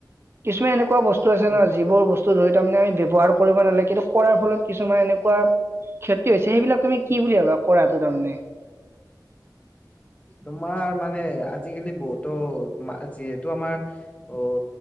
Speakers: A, on the right; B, on the left.
A: কিছুমান এনেকুৱা বস্ বস্তু আছে
B: উম
A: ন যিবোৰ বস্তু ধৰি তাৰমানে আমি ব্যৱহাৰ কৰিব নালাগে কিন্তু কৰাৰ ফলত কিছুমান এনেকুৱা ক্ষতি হৈছে সেইবিলাক তুমি কি বুলি ভাবা কৰাটো তাৰমানে
B: তোমাৰ মানে আজিকালি বহুতো যিহেতু আমাৰ অহ